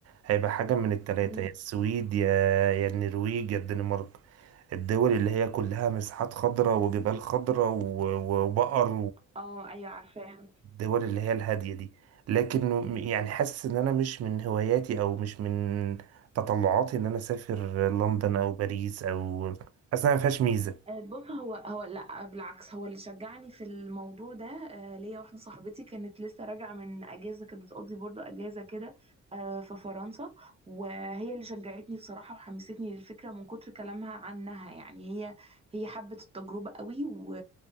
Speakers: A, on the right; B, on the right.
A: هيبقى حاجة من التلاتة
B: مم.
A: يا السويد يا يا النرويج يا الدنمارك الدول اللي هي كلها مساحات خضراء وجبال خضراء و- وبقر
B: اه ايوه عارفاها
A: والدول اللي هي الهادية دي لكن م- يعني حاسس ان انا مش من هواياتي او مش من تطلعاتي ان انا اسافر لندن او باريس او حاسس انها ما فيهاش ميزة
B: آه، بص هو هو لا بالعكس هو اللي شجعني في الموضوع ده آه، ليا واحده صاحبتي كانت لسه راجعه من اجازه كانت بتقضي برضو اجازه كده آه، في فرنسا وهي اللي شجعتني بصراحه وحمستني للفكره من كتر كلامها عنها يعني هي هي حبت التجربه قوي و...